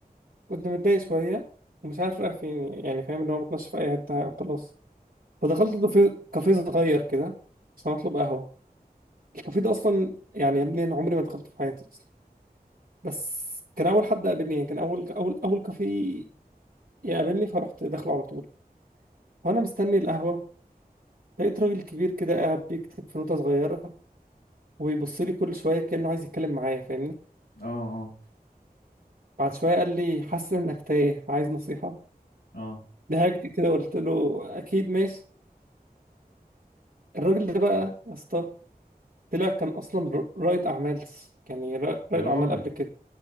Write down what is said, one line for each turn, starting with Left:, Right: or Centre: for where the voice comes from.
Right: كنت متضايق شويه ومش عارف رايح فين يعني فاهم ان هو بتمشى في اي حته خلاص فدخلت كافيه كافيه صغير كده عشان اطلب قهوه الكافيه ده اصلا يعني يا ابني انا عمري ما دخلته في حياتي اصلا بس كان اول حد قابلني يعني كان اول اول اول كافيه يقابلني فرحت داخله على طول وانا مستني القهوه لقيت راجل كبير كده قاعد بيكتب في نوتة صغيرة وبيبص لي كل شوية كأنه عايز يتكلم معايا فاهمني
Left: اه اه
Right: بعد شوية قال لي حاسس إنك تايه عايز نصيحة
Left: اه
Right: ضحكت كده وقلت له اكيد ماشي الراجل ده بقى يا اسطى طلع كان اصلا ر- رائد اعمال يعني ر-
Left: يا
Right: رائد
Left: راجل
Right: اعمال قبل كده